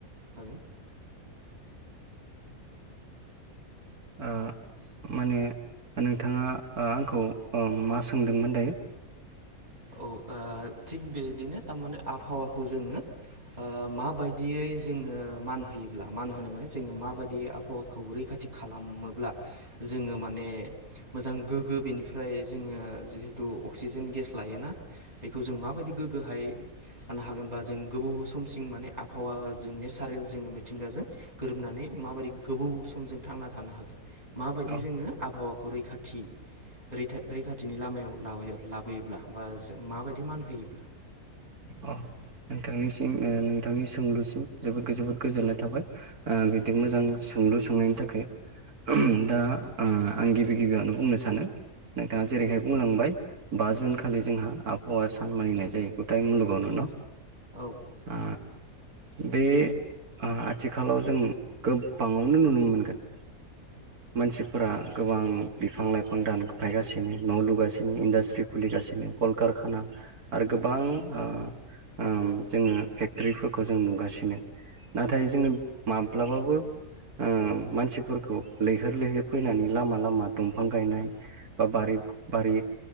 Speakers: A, on the right (about 25°); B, on the right (about 80°).
A: हागोन।
B: ओ माने नोंथाङा ओ आंखौ अ मा सोंदोंमोन दायो?
A: औ ओ थिग बेदिनो थारमाने आबहावाखौ जोङो ओ माबायदियै जोङो मान होयोब्ला मान होनाय माने जोङो माबायदि आबहावा खौ रैखाथि खालामोब्ला जोङो माने मोजां गोग्गो बेनिफ्राय जोङो जिहेथु अक्सिजेन गेस लायोना बेखौ जों माबायदि गोग्गोहाय जानो हागोनबा जों गोबाव समसिम माने आबहावा जों नेचारेल जोङो मिथिंगाजों गोरोबनानै माबायदि गोबौ समजों थांना थानो हागोन? माबायदि
B: औ
A: जोङो आबहावाखौ रैखाथि रैथा रैखाथिनि लामायाव लाबोयो-लाबोयो। ब्ला बा जों माबायदि मान होयोब्ला
B: अ नोंथांनिसिम ओ नोंथांनि सोंलुसिम जोबोद गोजोबोद गोजोननाय थाबाय ओ बिदि मोजां सोंलु सोंनायनि थाखाय। दा ओ आं गिबि गिबियावनो बुंनो सानो नोंथाङा जेरैहाय बुंलांबाय बा
A: औ
B: जुन खालि जोंहा आबहावा सान मानिनाय जायो गुथाय मुलुगावनो न'?
A: औ
B: आ बे आ आथिखालाव जों गोबाङावनो नुनो मोनगोन। मानसिफोरा गोबां बिफां-लाइफां दानफायगासिनो न' लुगासिनो इन्डास्ट ट्रि खुलिगासिनो कलकारखाना आरो गोबां ओ ओम जोङो फेक्टरिफोरखौ जों नुगासिनो नाथाय जोङो माब ब्लाबाबो ओ मानसिफोरखौ लै होर लैहोर फैनानै लामा लामा दंफां गायनाय बा बारि बारि